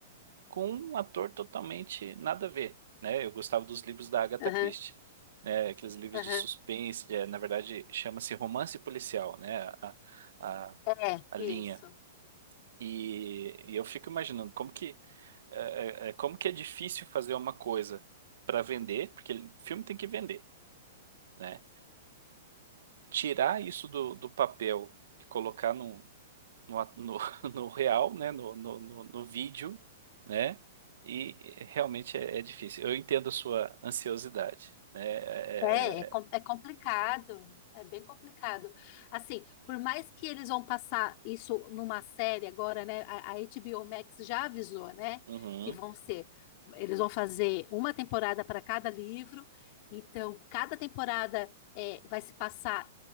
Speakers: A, on the right (about 75°); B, on the left (about 45°).
A: com um ator totalmente nada a ver, né? Eu gostava dos livros da Agatha
B: aham,
A: Christie, né? Aqueles livros
B: aham,
A: de suspense, é, na verdade chama-se romance policial, né? A, a,
B: aham.
A: a
B: É,
A: linha.
B: isso.
A: E, e eu fico imaginando como que é, é, é, como que é difícil fazer uma coisa para vender, porque filme tem que vender, né? Tirar isso do, do papel e colocar num, no, a- no, <laughs> no real, né? No, no, no, no vídeo, né? E realmente é, é difícil. Eu entendo a sua ansiosidade, né? É- é-
B: É, é, com-
A: é- é,
B: é complicado, é bem complicado. Assim, por mais que eles vão passar isso numa série agora, né? A, a HBO Max já avisou, né?
A: Uhum,
B: Que vão ser, eles vão fazer uma temporada para cada livro, então cada temporada é, vai se passar